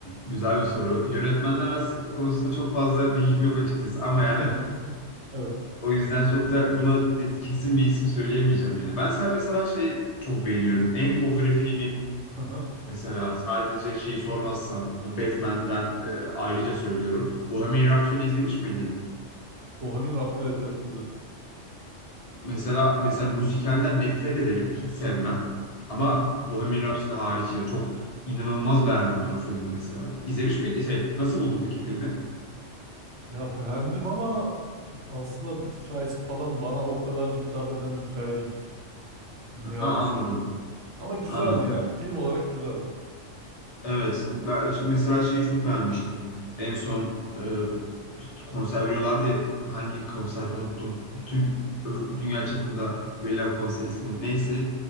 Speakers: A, on the left; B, on the right.
A: güzel bir soru. Yönetmenler aslında konusunda çok fazla bilgim yok açıkçası ama
B: <laughs>
A: yani
B: Evet.
A: O yüzden çok da buna kesin bir isim söyleyemeyeceğim ya. Ben sana mesela şey çok beğeniyorum. En favori filmim
B: Hı hı.
A: mesela sadece şeyi sormazsan Batman'den e, ayrıca söylüyorum. Bohemian
B: Hı hı.
A: Rhapsody izlemiş miydin?
B: Bohemian Rhapsody. Evet evet izledim.
A: Mesela mesela müzikalden nefret ederim. Hiç sevmem. Ama
B: Hı hı.
A: Bohemian Rhapsody hariç ya çok inanılmaz beğendim ben o filmi mesela. İzlemiş miydin? Şey, nasıl buldun peki filmi?
B: Ya beğendim ama aslında hikayesi falan bana o kadar da hitap eden bir hikaye değil. Ne yalan
A: Aa,
B: söyleyeyim.
A: anladım.
B: Ama güzeldi
A: Anladım.
B: yani. Film olarak güzeldi.
A: Evet, ben mesela şeyi çok beğenmiştim. En son e, konser veriyorlar diye hangi konserde unuttum. Bütün ö- dünya çapında verilen konser ismi neyse.